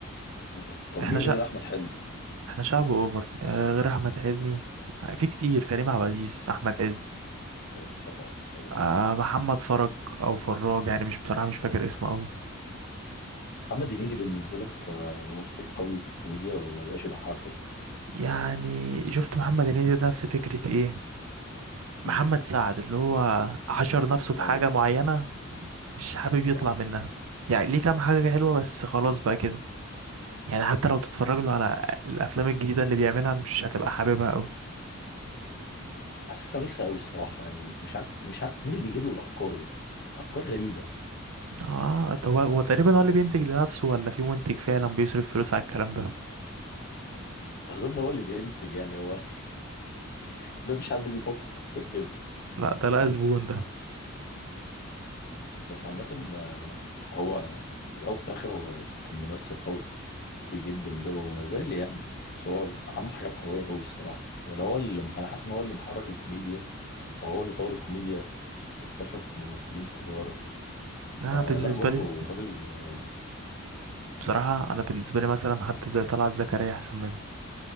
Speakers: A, on the left; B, on the right.
A: مم. طب
B: احنا
A: مين
B: شعب
A: غير احمد حلمي
B: احنا شعب اوفر آه، غير احمد حلمي في كتير كريم عبد العزيز احمد عز
A: س- طبعا طبعا
B: آه محمد فرج او فراج يعني مش بصراحة مش فاكر اسمه قوي
A: محمد هنيدي بالنسبه لك آه، ممثل قوي في الكوميديا ولا بقاش يضحكك
B: يعني شفت محمد هنيدي ده نفس فكرة ايه
A: مم.
B: محمد سعد اللي هو حشر نفسه
A: بالظبط
B: في حاجة معينة مش حابب
A: صح
B: يطلع منها يعني ليه كام حاجة حلوة بس خلاص بقى كده يعني حتى لو تتفرج له على الأفلام الجديدة اللي بيعملها مش هتبقى حاببها قوي
A: حاسسها بيخة قوي الصراحه يعني مش عارف مش عارف مين اللي بيجيب له الافكار يعني افكار غريبه
B: اه ده هو هو تقريبا هو اللي بينتج لنفسه ولا في منتج فعلا بيصرف فلوس على الكلام ده
A: اظن هو اللي بينتج يعني هو <laughs> ما فيش حد بيفكر كده
B: لا ده لا زبون ده
A: بس عامة آه، هو في الأول وفي الآخر هو كان ممثل قوي جدا جدا وما زال يعني بس هو عمل حاجات قوية أوي الصراحة يعني هو اللي أنا حاسس إن هو اللي محرك الكوميديا أو هو اللي طور الكوميديا واكتشف ممثلين كتار
B: انا
A: فلا
B: بالنسبة
A: برضه
B: لي
A: راجل آه،
B: بصراحة انا بالنسبة لي مثلا حد زي طلعت زكريا احسن منه